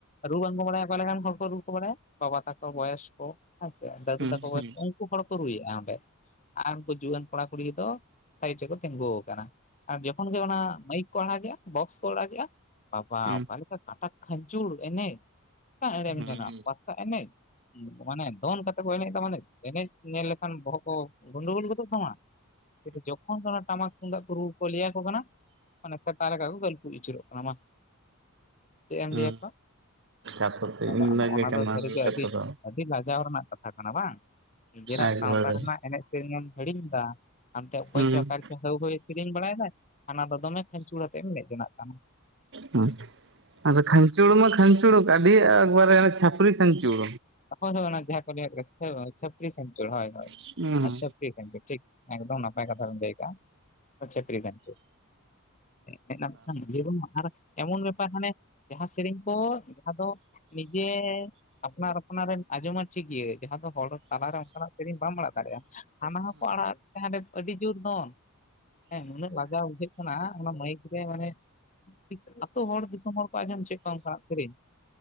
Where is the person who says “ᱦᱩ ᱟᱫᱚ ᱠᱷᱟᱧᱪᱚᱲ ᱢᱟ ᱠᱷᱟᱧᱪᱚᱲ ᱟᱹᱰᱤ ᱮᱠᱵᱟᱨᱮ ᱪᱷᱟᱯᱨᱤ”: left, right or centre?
Right